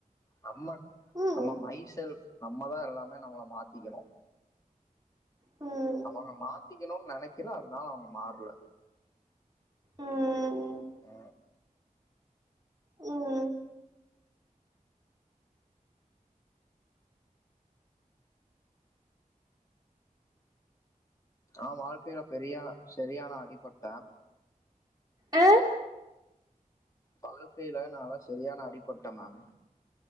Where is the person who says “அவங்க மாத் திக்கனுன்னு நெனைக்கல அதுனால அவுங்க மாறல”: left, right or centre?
Left